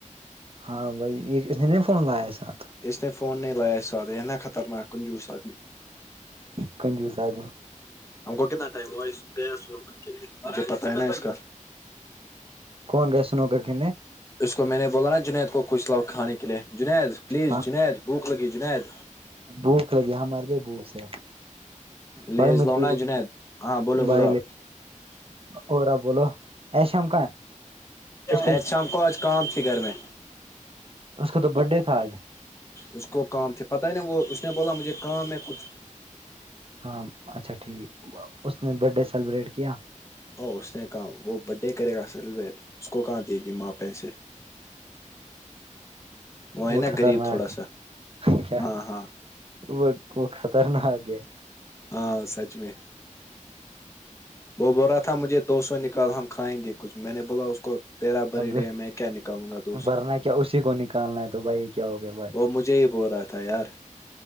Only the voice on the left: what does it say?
اس نے فون نہیں لایا ساد ہےنا خطرناک کنجوس آدمی
ہم کو کتنا ٹائم ہوا گیا سلے مجھے پتا ہے نا اس کا
اس کو میں نے بولا نا جنید کو کچھ لو کھانے کے لیے جنید پلیز
جنید بھوک لگی جنید
لیز
لؤنا جنید ہاں
بولو
بولو
آپ
احت شام کو آج کام تھی گھر میں
اس کو کام تھے پتہ ہی نہیں وہ اس نے بولا مجھے کام ہے کچھ
اورو اس نے کہا وہ برڈ ڈے کرے گا سیلیبریٹ اس کو کہاں دیے گی ماں پیسے ہے
نا
غریب تھوڑا سا
ہاں ہاں
ہاں سچ میں وہ بول رہا تھا مجھے دو سو نکال ہم کھائیں گے کچھ میں نے بولا اس کو تیرا بر
ڈے میں کیا نکالوں گا دو سو
وہ مجھے ہی ب رہا تھا تیار